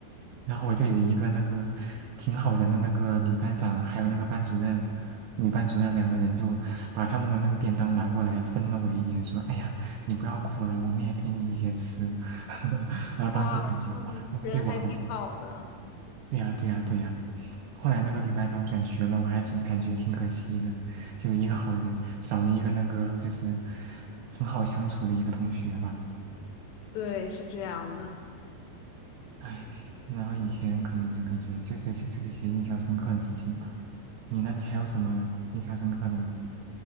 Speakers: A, on the right (about 80°); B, on the left (about 80°).
A: 然后我就有一个那个挺好人的那个女班长，还有那个班主任，女班主任两个人就把他们的那个便当拿过来分了我一点，说：“哎呀，你不要哭了，我们也给你一些吃。” <laughs> 然后当时感觉哇，
B: 哇，嗯，
A: 真的对我好好。
B: 人还挺好的，
A: 对呀，对呀，对呀。后来那个女班长转学了，我还挺感觉挺可惜的，就一个好人少了一个那个就是很好相处的一个同学吧。
B: 对，是这样的。
A: 哎，然后以前可能就感觉就这些就这些印象深刻的事情吧。你呢？你还有什么印象深刻的吗？